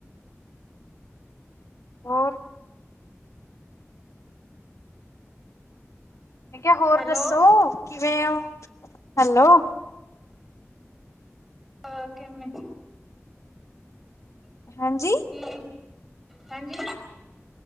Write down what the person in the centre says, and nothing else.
ਹੈਲੋ
ਅਹ ਕਿਵੇਂ
ਕੀ, ਹਾਂਜੀ,